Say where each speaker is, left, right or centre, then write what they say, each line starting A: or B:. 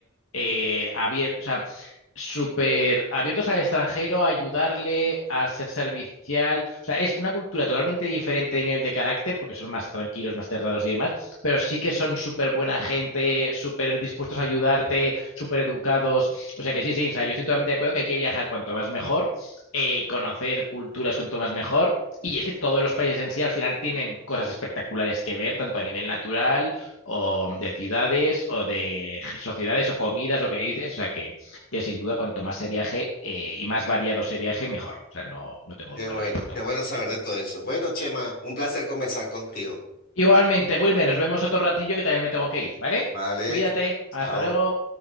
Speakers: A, on the left; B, on the left.
A: eh, abiertos. O sea, súper abiertos al extranjero, a ayudarle, a ser servicial. O sea, es una cultura totalmente diferente a nivel de carácter, porque son más tranquilos, más cerrados y demás, pero sí que son súper buena gente, súper dispuestos a ayudarte, súper educados. O sea que sí, sí, o sea, yo estoy totalmente de acuerdo que hay que viajar cuanto más mejor, eh, conocer culturas cuanto más mejor. Y es que todos los países en sí al final tienen cosas espectaculares que ver, tanto a nivel natural o de ciudades o de sociedades o comidas, lo que dices. O sea que que sin duda cuanto más se viaje eh, y más variado se viaje, mejor. O sea, no, no tengo
B: Qué
A: duda
B: bueno,
A: al respecto.
B: qué bueno saber de todo eso. Bueno, Chema, un placer conversar contigo.
A: Igualmente, Wilmer, nos vemos otro ratillo que también me tengo que ir, ¿vale?
B: Vale,
A: Cuídate, hasta
B: chao.
A: luego.